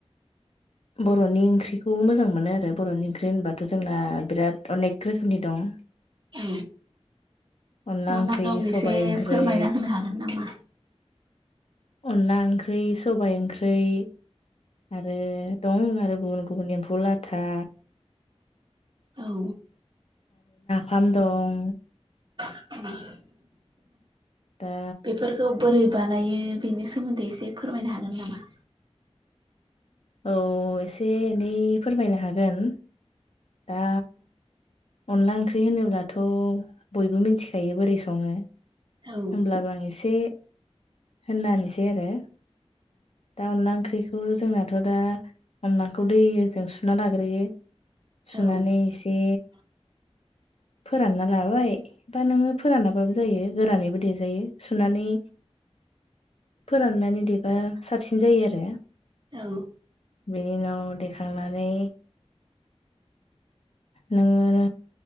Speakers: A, on the left (about 65°); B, on the right (about 45°).
A: बर'नि ओंख्रिखौ मोजां मोनो आरो बर'नि ओंख्रि होनबाथ' जोंना बिराद अनेक रोखोमनि दं
B: औ
A: अनला
B: मा
A: ओंख्रि
B: मा दं एसे
A: सबाइ ओंख्रै
B: फोरमायना होनो हागोन नामा
A: अनला ओंख्रोय सबाइ ओंख्रोय आरो दं आरो गुबुन गुबुन एम्फौ लाथा
B: औ
A: खाम दं
B: <unintelligible> <inaudible>
A: दा
B: बेफोरखौ बोरै बानायो बेनि सोमोन्दै एसे फोरमायनो हागोन नामा
A: औ एसे एनै फोरमायनो हागोन दा अनला ओंख्रि होनोब्लाथ' बयबो मिथिखायो बोरै सङो
B: औ
A: होमब्लाबो आं एसे होनना होनोसै आरो दा अनला ओंख्रिखौ जोंनाथ' दा अनलाखौ दैजों सुना लाग सग्रोयो सुनानै
B: औ
A: एसे
B: <inaudible> <unintelligible>
A: फोरानना लाबाय दा नोङो फोरानाबाबो जायो गोरानैबो देजायो सुनानै
B: <inaudible> <inaudible>
A: फोराननानै देबा साबसिन जायो आरो
B: औ
A: बिनि उनाव देखांनानै नोङो